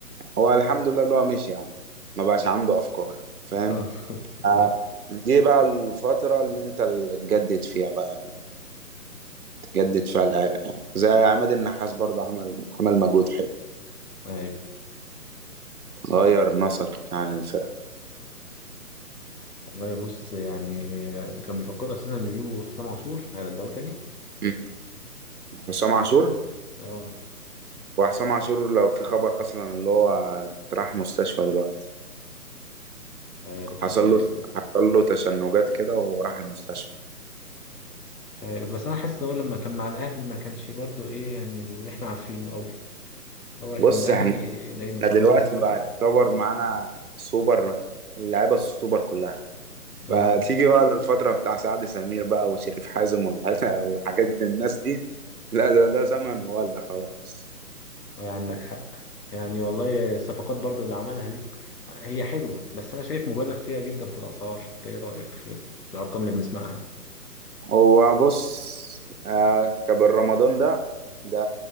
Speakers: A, on the right (about 65°); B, on the left (about 75°).
A: هو الحمد لله اللي هو مشي يعني ما بقاش عنده افكار فاهم
B: اه <laughs>
A: آه،
B: اه
A: دي بقى الفترة اللي انت اللي تجدد فيها بقى تجدد فيها العرق يعني. زي عماد النحاس برضه عمل عمل مجهود حلو
B: ايوه
A: غير نسق عن الفرقة
B: والله بص يعني كان بيفكروا اساسا بيجيبوا حسام عاشور هيرجعوه تاني
A: م. حسام عاشور
B: اه
A: وحسام عاشور لو في خبر اصلا اللي هو راح مستشفى دلوقتي
B: مش عارف
A: حصل
B: والله
A: له حصل له تشنجات كده وراح المستشفى
B: مش عارف بس انا حاسس لو لما كان مع الاهلي ما كانش برضو ايه يعني اللي احنا عارفينه قوي هو عشان
A: بص
B: الاهلي
A: يعني
B: دايما
A: احنا
B: كويس
A: دلوقتي
B: ف...
A: بقى يعتبر معانا سوبر اللعيبه السوبر كلها فتيجي
B: اه
A: بقى للفتره بتاع سعد سمير بقى وشريف حازم والحاجات والحاجات دي الناس دي لا ده ده زمن ولا خلاص
B: آه، عندك حق يعني والله الصفقات برضو اللي عملها دي هي حلوة بس أنا شايف مبالغ فيها جدا في الأسعار أنت إيه رأيك في, في الأرقام اللي بنسمعها دي؟
A: هو بص آه، كابر رمضان ده ده